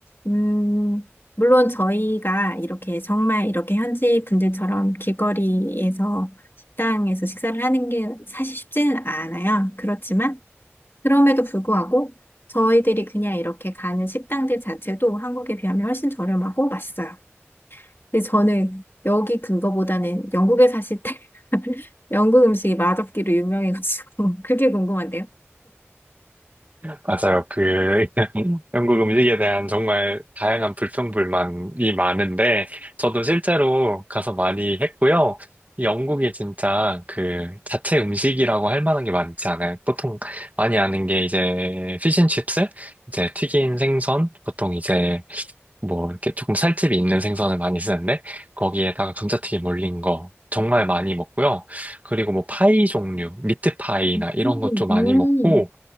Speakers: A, on the left (about 50°); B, on the right (about 35°).
A: 음, 물론 저희가 이렇게 정말 이렇게 현지 분들처럼 길거리에서 식당에서 식사를 하는 게 사실 쉽지는 않아요. 그렇지만 그럼에도 불구하고 저희들이 그냥 이렇게 가는 식당들 자체도 한국에 비하면 훨씬 저렴하고 맛있어요. 근데 저는 여기 그거보다는 영국에 사실 때 <laughs> 영국 음식이 맛없기로 유명해가지고 <laughs> 그게 궁금한데요.
B: 맞아요. 그 <laughs> 영국 음식에 대한 정말 다양한 불평불만이 많은데 저도 실제로 가서 많이 했고요. 이 영국이 진짜 그 자체 음식이라고 할 만한 게 많지 않아요. 보통 많이 아는 게 이제 피쉬앤칩스, 이제 튀긴 생선, 보통 이제 뭐 이렇게 조금 살집이 있는 생선을 많이 쓰는데 거기에다가 감자튀김 올린 거 정말 많이 먹고요. 그리고 뭐 파이 종류, 미트 파이나
A: 음,
B: 이런 것도 많이
A: 음.
B: 먹고